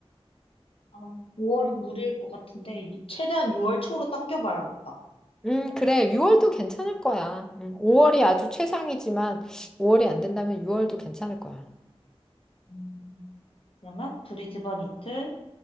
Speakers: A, on the left; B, in the centre.
A: 아, 5월은 무리일 것 같은데, 최대한 6월 초로 당겨봐야겠다.
B: 음, 그래. 6월도 괜찮을 거야. 5월이 아주 최상이지만 5월이 안 된다면 6월도 괜찮을 거야.
A: 음, 그러면 브리즈번 이틀,